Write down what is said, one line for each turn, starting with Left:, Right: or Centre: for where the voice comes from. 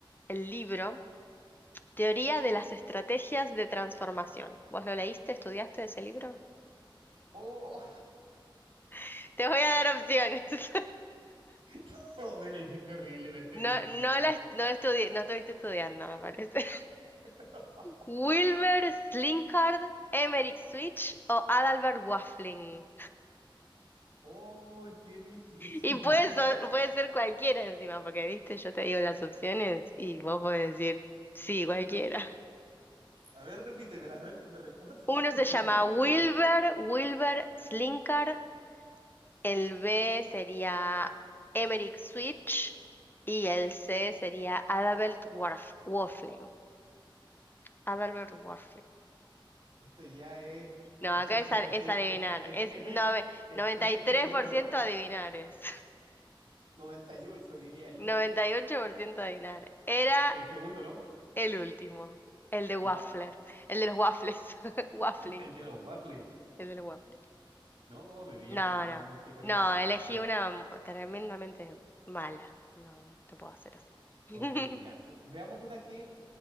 Left: el libro Teoría de las Estrategias de Transformación? ¿Vos lo leíste, estudiaste ese libro?
Right: Oh,
Left: <laughs> Te voy a dar opciones. <laughs>
Right: <laughs> oh me la hiciste horriblemente
Left: No,
Right: difícil.
Left: no la, est- no estudié, no estuviste estudiando, me parece.
Right: <laughs>
Left: Wilbur Slinkard, Emerick Switch o Adalbert Waffling.
Right: Oh, qué difícil.
Left: Y puede, so- puede ser cualquiera encima, porque viste, yo te digo las opciones y vos podés decir, sí, cualquiera.
Right: A ver, repítemelas, a ver si me recuerdo
Left: Uno
Right: de algún
Left: se llama
Right: nombre.
Left: Wilbur,
Right: pues,
Left: Wilbur Slinkard, el B sería Emerick Switch y el C sería Adalbert Warf- Waffling. Adalbert Waffling.
Right: Esto ya es
Left: No,
Right: 80%.
Left: acá es, a- es adivinar,
Right: M,
Left: es
Right: M
Left: nove-
Right: es,
Left: noventa
Right: es el,
Left: y tres
Right: el segundo,
Left: por ciento
Right: ¿no?
Left: adivinar es.
Right: 98 diría yo.
Left: 98% de Dinar. Era
Right: El segundo, ¿no?
Left: el último, el de Waffler,
Right: No,
Left: el de los waffles, <laughs> waffling,
Right: <laughs> el de los waffles.
Left: el de los waffles.
Right: No, me pillaste
Left: No,
Right: totalmente
Left: no,
Right: con
Left: no,
Right: esa.
Left: elegí
Right: A ver,
Left: una m- tremendamente mala. No, no, te puedo hacer así. <laughs>
Right: horrible, ya. Pe- Veamos una que